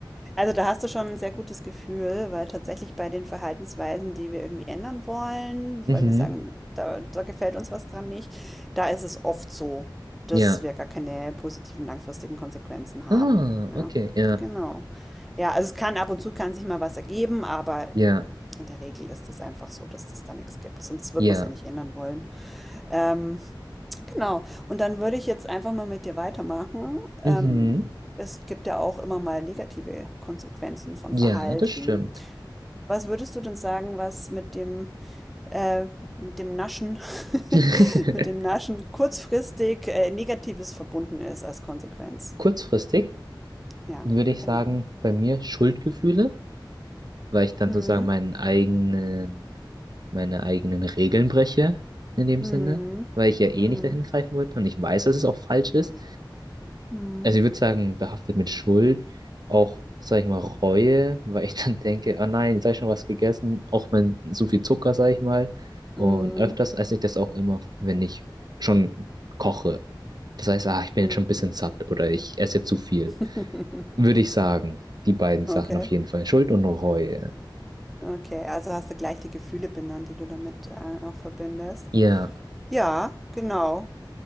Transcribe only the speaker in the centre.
Also da hast du schon ein sehr gutes Gefühl, weil tatsächlich bei den Verhaltensweisen, die wir irgendwie ändern wollen,
weil wir sagen, da da gefällt uns was dran nicht, da ist es oft so, dass
wir gar keine positiven langfristigen Konsequenzen haben.
Ja,
genau. Ja, also es kann ab und zu kann sich mal was ergeben, aber
in der Regel ist es einfach so, dass das da nichts gibt, sonst würde
es ja nicht ändern wollen. Ähm, Genau. Und dann würde ich jetzt einfach mal mit dir weitermachen. Ähm,
es gibt ja auch immer mal negative Konsequenzen von
Verhalten.
Was würdest du denn sagen, was mit dem, äh, mit dem Naschen, <laughs>
mit dem Naschen kurzfristig, äh, Negatives verbunden ist als Konsequenz?
Ja,
genau.
Mhm.
Mhm.
Mhm.
Mhm.
Mhm.
Mhm.
<laughs>
Okay.
Okay, also hast du gleich die Gefühle benannt, die du damit äh, auch verbindest.
Ja, genau.